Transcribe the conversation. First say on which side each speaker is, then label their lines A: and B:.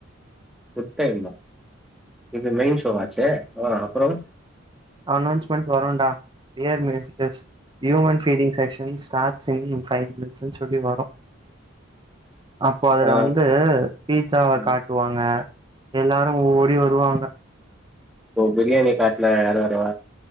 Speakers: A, in the centre; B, on the right (about 25°).
A: ஃபுட் டைமா இது மெயின் ஷோ ஆச்சே ஆஹ் அப்றோம்
B: அனௌன்ஸ்மென்ட் வரும்டா year musics human feeding section ஸ்டார சிை் மினிட்ஸ்ன்னு சொல்லி வரும் அப்போ அதுல
A: ஆ
B: வந்து பீச்சாவ
A: ம்
B: காட்டுவாங்க எல்லாரும் ஓடி வருவாங்க
A: ஓ பிரியாணி காட்டுல யாரு வருவ